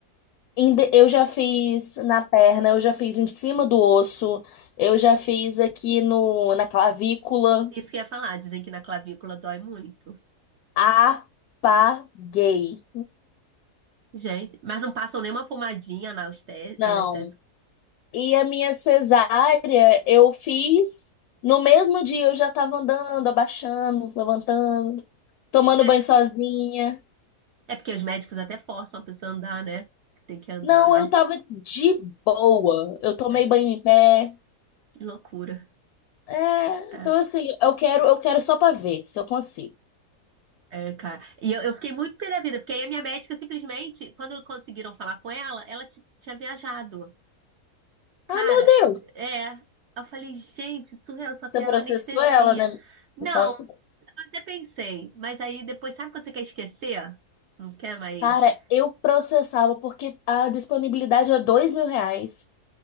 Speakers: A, on the left (about 75°); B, on the right (about 65°).
A: Inde- Eu já fiz na perna, eu já fiz em cima do osso, eu já fiz aqui no, na clavícula.
B: Isso que eu ia falar. Dizem que na clavícula dói muito.
A: Apaguei.
B: Gente, mas não passam nenhuma pomadinha anauste-
A: Não.
B: anestésica.
A: E a minha cesárea eu fiz no mesmo dia, eu já tava andando, abaixando, levantando, tomando
B: É,
A: banho sozinha.
B: é porque os médicos até forçam a pessoa a andar, né? Tem que andar,
A: Não,
B: mas
A: eu tava de boa. Eu tomei
B: é,
A: banho em pé.
B: que loucura.
A: É,
B: É,
A: então assim, eu quero, eu quero só pra ver se eu consigo.
B: é, cara. E eu, eu fiquei muito pé da vida, porque aí a minha médica simplesmente, quando conseguiram falar com ela, ela ti- tinha viajado. Cara,
A: Ah, meu Deus.
B: é. Eu falei, gente, surreal, eu só
A: Você
B: quero
A: processou
B: anestesia.
A: ela, né?
B: Não,
A: Me fala sobre-
B: eu até pensei, mas aí depois, sabe quando você quer esquecer? Não quer mais
A: Cara, eu processava porque a disponibilidade é dois mil reais